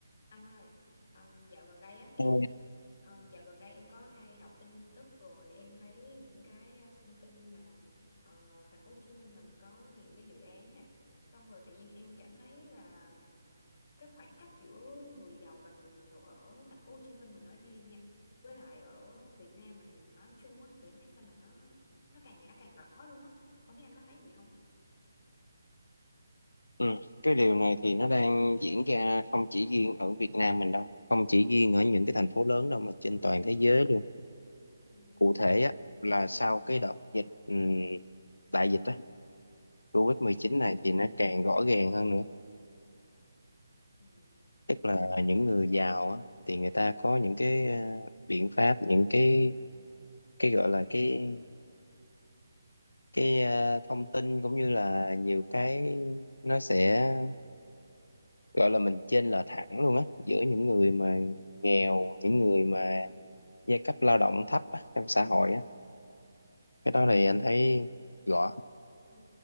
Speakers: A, on the left (about 50°); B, on the left (about 80°).
A: Anh ơi, um, dạo gần đây á em
B: Ừ.
A: um, dạo gần đây em có hay đọc tin tức rồi em thấy những cái ờ, thông tin mà ờ, thành phố Hồ Chí Minh mình có nhiều cái dự án nè, xong rồi tự nhiên em cảm thấy là cái khoảng cách giữa người giàu và người nghèo ở thành phố Hồ Chí Minh mình nói riêng nha, với lại ở Việt Nam mình nói chung á thì em thấy sao mà nó nó càng ngày nó càng rõ luôn á. Không biết anh có thấy gì không?
B: Ừ. Cái điều này thì nó đang diễn ra không chỉ riêng ở Việt Nam mình đâu, không chỉ riêng ở những cái thành phố lớn đâu mà trên toàn thế giới luôn.
A: Ừ,
B: Cụ thể á, là sau cái đợt dịch ừm, đại dịch á, covid mười chín này thì nó càng rõ ràng hơn nữa.
A: ừ,
B: Tức là những người giàu á, thì người ta có những cái ờ, biện pháp, những cái cái gọi là cái cái ờ, thông tin cũng như là nhiều cái nó sẽ gọi là mình chênh lệch thẳng luôn á giữa những người mà nghèo những người mà giai cấp lao động thấp á, trong xã hội á cái đó thì anh thấy rõ
A: ừ.